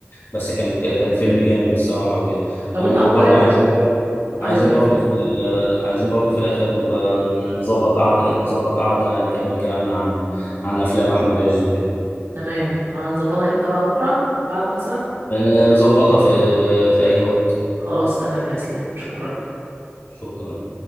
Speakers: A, on the left (about 55°); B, on the right (about 75°).
A: بس كان كان فيلم جامد الصراحه وكده
B: لو
A: وبرضه
B: انت هتقيم
A: عايزين برضه
B: ايوه
A: عايزين
B: ايوه
A: برضه في ال- عايزين برضه في الاخر نبقى نظبط قعده نظبط قعده نكمل كلامنا عن عن افلام احمد عز وكده
B: تمام هنظبطها امتى بقى بكره بعده مثلا
A: يعني نظبطها في في, في اي وقت
B: خلاص تمام يا اسلام شكرا
A: شكرا